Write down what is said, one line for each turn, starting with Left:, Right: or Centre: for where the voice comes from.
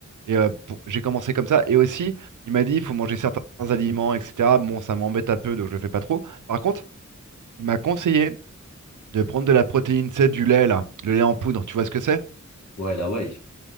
Right: Et euh, pour- j'ai commencé comme ça. Et aussi, il m'a dit, il faut manger certains aliments, etc. Bon, ça m'embête un peu, donc je le fais pas trop. Par contre, il m'a conseillé de prendre de la protéine, c'est du lait, là, le lait en poudre. Tu vois ce que c'est?
Left: Ouais, la way.